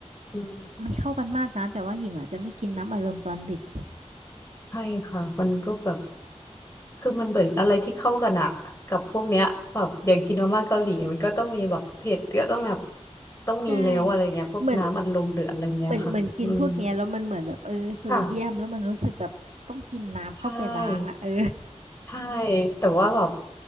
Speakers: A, on the left; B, on the right.
A: อืม
B: มันเข้ากันมากนะแต่ว่าหญิงอาจจะไม่กินน้ำอารมณ์ตอนดึก
A: ใช่ค่ะมันก็แบบคือมันเหมือนอะไรที่เข้ากันอะกับพวกเนี้ยแบบอย่างกินมาม่าเกาหลี มันก็ต้องมีแบบเผ็ดก็ต้องแบบต้องมีแล้วอะไรเงี้ยพวกน้ำอัดลมหรืออะไรเงี้ยค่ะอืม
B: ใช่เหมือนเหมือนเหมือนกินพวกเนี้ยแล้วมันเหมือนแบบเออโซเดียมแล้วมันรู้สึกแบบต้องกินน้ำเข้าไปล้างอ่ะเออ
A: ค่ะใช่ใช่ แต่ว่าแบบ